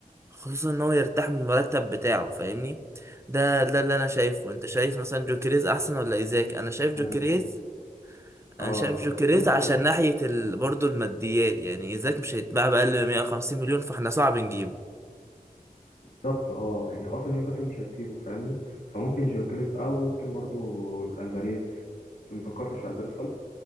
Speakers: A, on the right; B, on the left.
A: خصوصا ان هو يرتاح من المرتب بتاعه فاهمني ده ده اللي انا شايفه انت شايف مثلا جوكريز احسن ولا ايزاك انا شايف جوكريز
B: انا شايف اه
A: انا شايف
B: جيوكيريس
A: جوكريز عشان
B: فعلا
A: ناحية ال... برضه الماديات يعني ايزاك مش هيتباع بأقل من 150 مليون فاحنا صعب نجيبه
B: بالظبط اه يعني اصلا نيوكاسل مش هيسيبه فاهمني فممكن جيوكيريز او ممكن برضو الفاريز ما فكرتش في الفاريز خالص